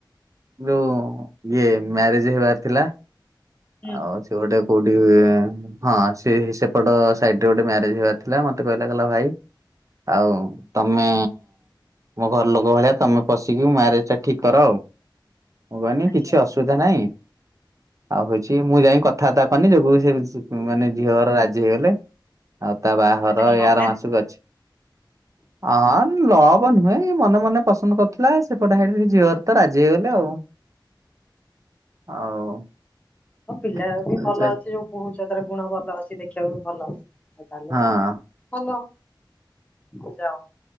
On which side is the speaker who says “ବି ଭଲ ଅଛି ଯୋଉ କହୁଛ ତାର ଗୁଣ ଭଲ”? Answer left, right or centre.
Left